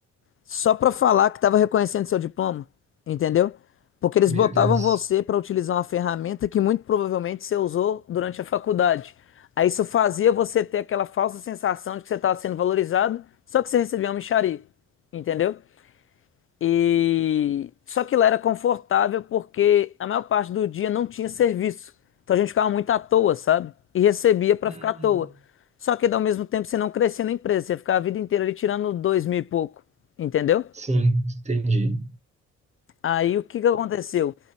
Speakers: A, on the left; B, on the right.
A: só para falar que tava reconhecendo seu diploma, entendeu? Porque eles
B: Meu
A: botavam
B: Deus.
A: você para utilizar uma ferramenta que muito provavelmente você usou durante a faculdade. Aí isso fazia você ter aquela falsa sensação de que você estava sendo valorizado, só que você recebia uma mixaria, entendeu? E só que lá era confortável porque a maior parte do dia não tinha serviço. Então a gente ficava muito à toa, sabe? E recebia para
B: Hum,
A: ficar à toa. Só que ao mesmo tempo você não crescia na empresa, você ficava a vida inteira ali tirando dois mil e pouco, entendeu?
B: sim, entendi.
A: Aí o que que aconteceu?